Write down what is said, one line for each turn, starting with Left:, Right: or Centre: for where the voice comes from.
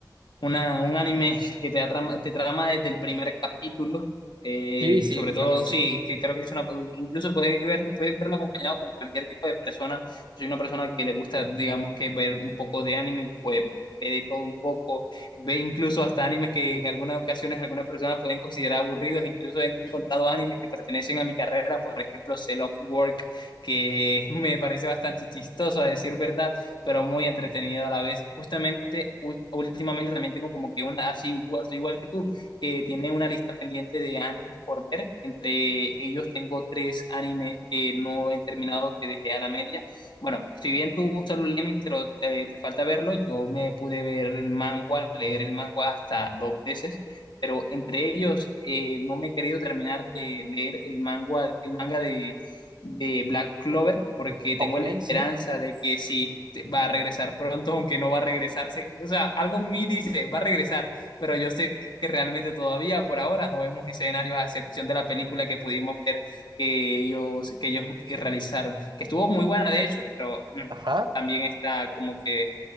Left: una, un anime que te trama, te trama desde el primer capítulo, eh,
Right: Sí, sí,
Left: sobre
Right: totalmente.
Left: todo, sí, que creo que es una, incluso puedes verlo, puedes verlo acompañado con cualquier tipo de persona, soy una persona que le gusta, digamos, que ver un poco de anime, pues ve de todo un poco, Ve incluso hasta animes que en algunas ocasiones algunas personas pueden considerar aburridos. Incluso he encontrado animes que pertenecen a mi carrera, por ejemplo, Cell of Work, que <laughs> me parece bastante chistoso a decir verdad, pero muy entretenido a la vez. Justamente, ú- últimamente también tengo como que una, así igual, soy igual que tú, que tiene una lista pendiente de animes por ver. Entre ellos tengo tres animes que no he terminado, que dejé a la media bueno, si bien tú Solo Lemmings te, lo- te- te falta verlo, yo me pude ver el manga, leer el manga hasta dos veces, pero entre ellos eh, no me he querido terminar de leer el manga, el manga de, de Black Clover, porque tengo
Right: Ok,
Left: la esperanza
Right: sí.
Left: de que sí te- va a regresar pronto, aunque no va a regresarse. O sea, algo en mí dice, va a regresar, pero yo sé que realmente todavía por ahora no vemos escenarios a excepción de la película que pudimos ver que ellos, que ellos que realizaron, que estuvo muy buena de hecho, pero mm,
Right: Ajá,
Left: también está como que